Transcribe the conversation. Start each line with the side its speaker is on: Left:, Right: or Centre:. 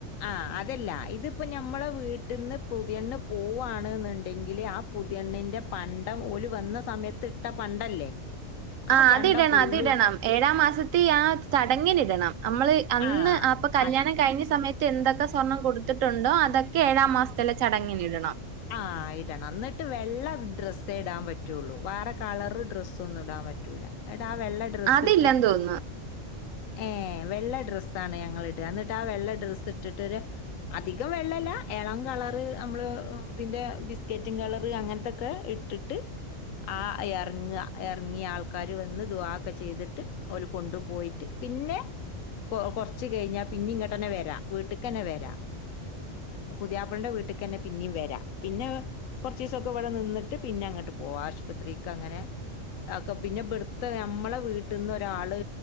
Left: ആ അതല്ല ഇതിപ്പ ഞ നമ്മളെ വീട്ടിന്ന് പുതിയെണ്ണ് പോവാണ് ന്ന്ണ്ടെങ്കില് ആ പുതിയെണ്ണിന്റെ പണ്ടം ഓല് വന്ന സമയത്ത് ഇട്ട പണ്ടല്ലേ
Right: ആ
Left: പണ്ടം
Right: അതിടണം
Left: ഫുള്ളും
Right: അതിടണം
Left: ഇട്
Right: ഏഴാം മാസത്തെ ആ ചടങ്ങിന് ഇടണം നമ്മള് അന്ന്
Left: ആ
Right: അപ്പ കല്ല്യാണം
Left: അച്
Right: കഴിഞ്ഞ സമയ എന്തൊക്കെ സ്വർണ്ണം കൊടുത്തിട്ടുണ്ടോ അതൊക്കെ ഏഴാം മാസത്തിലെ ചടങ്ങിൻ ഇടണം
Left: ആ ഇടണം എന്നിട്ട് വെള്ള ഡ്രസ് ഇടാൻ പറ്റുള്ളൂ വേറെ കളർ ഡ്രസ്സ് ഒന്നും ഇടാൻ പറ്റൂല ആ വെള്ള ഡ്രെസ്സ്
Right: അതില്ലെന്ന്
Left: ഇട്ടിട്ട്
Right: തോന്നുന്നു.
Left: ഏ വെള്ള ഡ്രസ്സാണ് ഞങ്ങിൾ ഇട എന്നിട്ട് ആ വെള്ള ഡ്രെസ്സ് ഇട്ടിട്ട് ഒരു അധികം വെള്ളല്ല ഏളം കളറ് നമ്മള് അതിൻ്റെ ബിസ്കറ്റും കളറ് അങ്ങനത്തൊക്കെ ഇട്ടിട്ട് ആ ഇറങ്ങുക ഇറങ്ങിയ ആൾക്കാർ വന്ന് ദുആ ഒക്കെ ചെയ്തിട്ട് അവർ കൊണ്ടു പോയിട്ട് പിന്നെ കുറച്ച് കഴിഞ്ഞാൽ പിന്നെ ഇങ്ങോട്ട് തന്നെ വരാം വീട്ടിൽക്ക് തന്നെ വരാം പുതിയാപ്പളൻ്റെ വീട്ടക്ക് തന്നെ പിന്നെയും വരാം പിന്നെ കൊറച്ചിസൊക്കെ ഇവിടെ നിന്നി ട്ട് പിന്നെ അങ്ങട്ട് പോക ആശുപത്രിക്ക് അങ്ങനെ ഒക്കെ പിന്നെ വെടുത്ത നമ്മളെ വീട്ടിന്ന് ഒരാള്